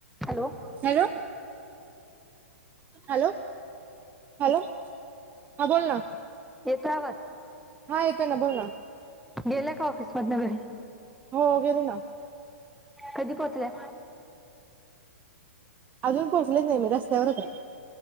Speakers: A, in the centre; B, on the right (about 20°).
A: Hello
B: hello. Hello, hello, हा बोल ना.
A: येतो आवाज.
B: हा येतोय ना. बोल ना.
A: गेल्या का ऑफिस मधन घरी?
B: हो गेले ना.
A: कधी पोहोचल्या.
B: अजून पोहोचलेच नाही मी. रसत्यावरचे.